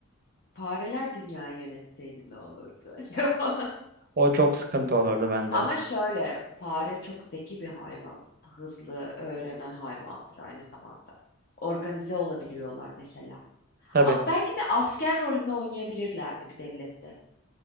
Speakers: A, on the left; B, on the right.
A: fareler dünyayı yönetseydi ne olurdu acaba? <laughs>
B: O çok sıkıntı olurdu bence.
A: Ama şöyle fare çok zeki bir hayvan. Hızlı öğrenen hayvandır aynı zamanda. Organize olabiliyorlar mesela.
B: Tabii.
A: Ama belki de asker rolünü oynayabilirlerdi bir devlette.